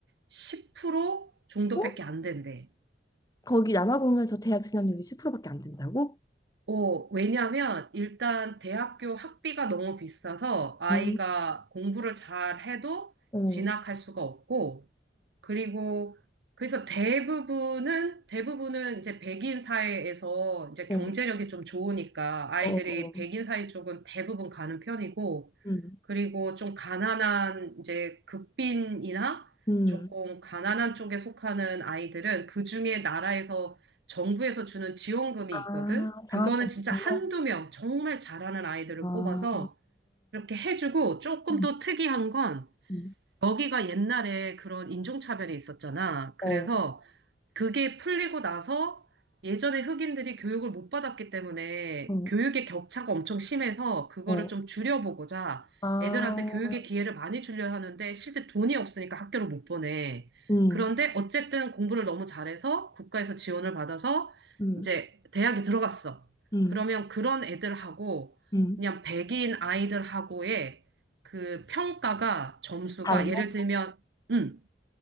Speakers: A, on the right; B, on the left.
A: 10% 정도밖에
B: 어?
A: 안 된대.
B: 거기 남아공에서 대학 진학률이 10%밖에 안 된다고?
A: 어, 왜냐면 일단 대학교 학비가 너무 비싸서 아이가
B: 아,
A: 공부를 잘 해도
B: 어,
A: 진학할 수가 없고 그리고 그래서 대부분은 대부분은 이제 백인 사회에서 이제 경제력이
B: 어,
A: 좀 좋으니까 아이들이
B: 어, 어.
A: 백인 사회 쪽은 대부분 가는 편이고
B: 음,
A: 그리고 좀 가난한 이제 극빈이나
B: 음,
A: 조금 가난한 쪽에 속하는 아이들은 그중에 나라에서 정부에서 주는 지원금이
B: 아,
A: 있거든.
B: 장학금
A: 그거는
B: 같은
A: 진짜 한두
B: 거?
A: 명 정말 잘하는 아이들을
B: 아,
A: 뽑아서 이렇게 해주고 조금
B: 음,
A: 또 특이한 건
B: 음,
A: 거기가 옛날에 그런 인종차별이 있었잖아. 그래서
B: 어,
A: 그게 풀리고 나서 예전에 흑인들이 교육을 못 받았기 때문에
B: 어,
A: 교육의 격차가 엄청 심해서 그거를
B: 어.
A: 좀 줄여보고자
B: 아,
A: 애들한테 교육의 기회를 많이 주려 하는데 실제 돈이 없으니까 학교를 못 보내.
B: 음,
A: 그런데 어쨌든 공부를 너무 잘해서 국가에서 지원을 받아서
B: 음,
A: 이제 대학에 들어갔어.
B: 음,
A: 그러면 그런 애들하고
B: 음,
A: 그냥 백인 아이들하고의 그 평가가 점수가
B: 달러?
A: 예를 들면 음,